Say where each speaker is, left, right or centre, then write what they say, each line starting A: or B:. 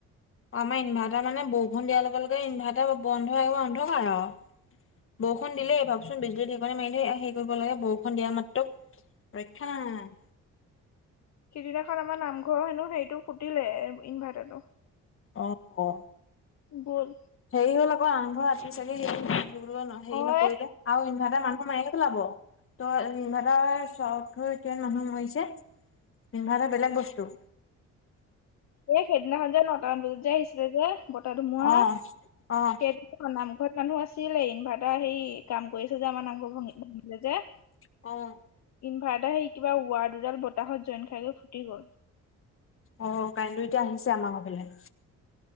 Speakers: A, on the left; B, on the left.
A: অ' আমাৰ ইনভাৰ্টাৰ মানে বৰষুণ দিয়াৰ লগে লগে ইনভাৰ্টাৰ বন্ধ বন্ধ হয় আৰু। বৰষুণ দিলেই ভাবচোন বিজুলী-ঢেৰেকণি মাৰিলে এয়া হেৰি কৰিব লাগে, বৰষুণ দিয়াৰ মাত্ৰক। ৰৈখা নাই।
B: সিদিনাখন আমাৰ নামঘৰৰ হেনো সেইটো ফুটিলে, ইনভাৰ্টাৰটো।
A: অহ'।
B: গ'ল।
A: হেৰি হ'ল আকৌ আমধৰ ৰাতিপ চি হেৰি
B: অ'
A: নকৰিলে আৰু ইনভাৰ্টাৰ মানুহ মাৰে চেলাব তই ইনভেটাৰ চৰত হৈ কিমান মানুহ মৰিছে। ইনভাইৰ্টাৰ বেলেগ বস্তু।
B: এই সেইদিনাখন যে নটামান বজাত যে আহিছিলে যে বতাহ ধুমুহা
A: অ', অ',
B: সেইদিনা খন নামঘৰত মানুহ আছিল ইনভাইৰ্টাৰ সেই কাম কৰিছে যে আমাৰ নামঘৰ যে
A: অ'
B: ইনভাৰ্টাৰ সেই কিবা ৱাল দুডাল বতাহত জইন খাই গৈ ফুটি গ'ল।
A: অ' কাৰেণ্টটো এতিয়া আহিছে আমাৰ হেই ফালে